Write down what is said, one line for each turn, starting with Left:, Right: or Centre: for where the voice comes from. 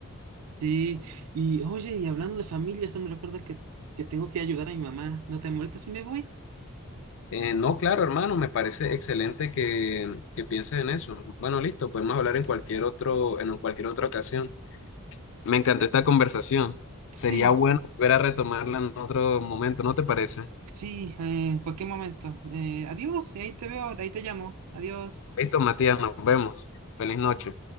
Right: Sí, y oye, y hablando de familia, eso me recuerda que, que tengo que ayudar a mi mamá. ¿No te molesta si me voy?
Left: Eh, no, claro, hermano, me parece excelente que, que pienses en eso. Bueno, listo, podemos hablar en cualquier otro, en cualquier otra ocasión. Me encantó esta conversación. Sería
Right: Sí,
Left: bueno volver a retomarla en otro momento, ¿no te parece?
Right: sí, eh, en cualquier momento. Eh, adiós, ahí te veo, ahí te llamo. Adiós.
Left: Listo, Matías, nos vemos. Feliz noche.